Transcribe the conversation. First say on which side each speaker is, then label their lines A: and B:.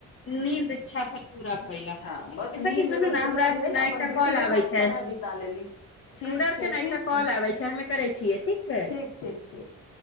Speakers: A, on the left; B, on the left.
A: नींद इच्छा भर पूरा भए अहाँके
B: हँ बस
A: ऐ सखी
B: नींद
A: सुन
B: एगो
A: हमरा
B: पूरा
A: आर
B: भेल
A: के ने
B: अपन
A: एकटा
B: बेटी
A: कॉल
B: के
A: आबै
B: साथ
A: छै
B: समय बिता लेली ठीक
A: हमरा आओर
B: छै
A: के ने
B: ठीक
A: एकटा कॉल आबे छै हमे करे छियै ठीक छै
B: ठीक ठीक ठीक